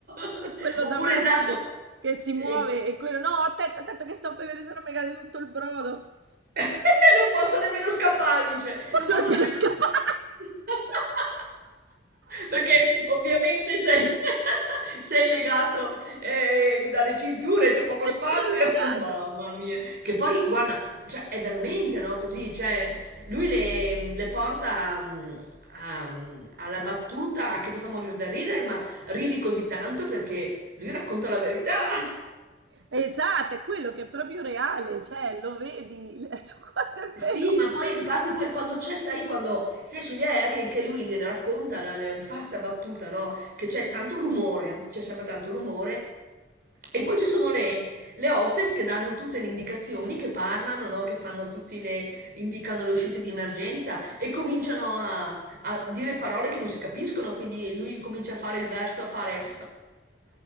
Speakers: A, on the right (about 55°); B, on the right (about 80°).
A: <laughs>
B: E quello
A: Oppure
B: davanti
A: esatto,
B: che si
A: ehm
B: muove e quello: "No, attento, attento che sto a bevere, se no mi cade tutto il brodo".
A: <laughs> Non posso nemmeno scappare, dice.
B: Ma
A: Non
B: sarebbe
A: posso nemmeno
B: scappare,
A: s <laughs> Perché ovviamente sei <laughs> sei legato, ehm, dalle cinture, c'è poco
B: <laughs>
A: spazio.
B: son legato.
A: <laughs> Mamma mia. Che poi guarda, cioè è veramente, no, così, cioè lui le le porta, mhmm, a mhmm, alla battuta che ti fa morir da ridere, ma ridi così tanto perché lui racconta la verità. <laughs>
B: Esatto, è quello che è proprio reale, cioè lo vedi, <laughs> l guarda è
A: Sì,
B: vero.
A: ma poi infatti poi quando c'è, sai, quando sei sugli aerei anche lui gliela racconta, la- la- fa sta battuta, no? Che c'è tanto rumore, c'è sempre tanto rumore. E poi ci sono le, le hostess che danno tutte le indicazioni, che parlano, no? Che fanno tutti le, indicano le uscite di emergenza e cominciano a a dire parole che non si capiscono, quindi lui comincia a fare il verso, a fare